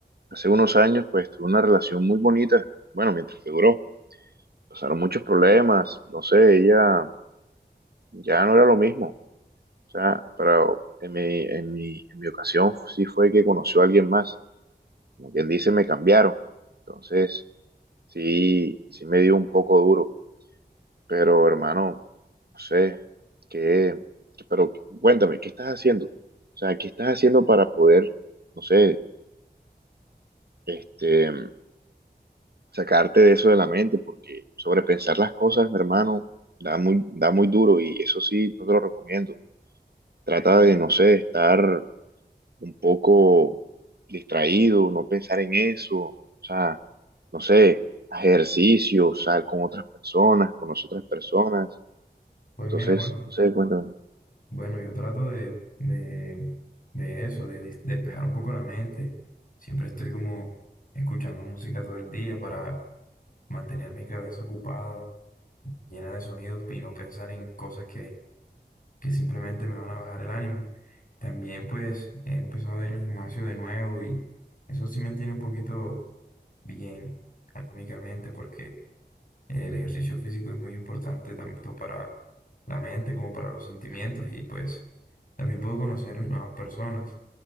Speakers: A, on the right (about 65°); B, on the left (about 50°).
A: hace unos años pues tuve una relación muy bonita, bueno, mientras que duró, pasaron muchos problemas, no sé, ella ya no era lo mismo, o sea, pero en mi, en mi, en mi ocasión sí fue que conoció a alguien más, como quien dice, me cambiaron, entonces sí, sí me dio un poco duro, pero hermano, no sé, qué, qué- pero cuéntame, ¿qué estás haciendo? O sea, ¿qué estás haciendo para poder, no sé, este... sacarte de eso de la mente, porque sobrepensar las cosas, mi hermano, da muy, da muy duro y eso sí, no te lo recomiendo. Trata de, no sé, estar un poco distraído, no pensar en eso, o sea, no sé, haz ejercicio, sal con otras personas, con otras personas.
B: Pues
A: Entonces,
B: mira, bueno,
A: no sé, cuéntame.
B: bueno, yo trato de, de, de eso, de des- despejar un poco la mente. Siempre estoy como escuchando música todo el día para mantener mi cabeza ocupada, llena de sonidos y no pensar en cosas que que simplemente me van a bajar el ánimo. También pues he empezado a ir al gimnasio de nuevo y eso sí me tiene un poquito bien anímicamente porque el ejercicio físico es muy importante tanto para la mente como para los sentimientos y pues también puedo conocer nuevas personas.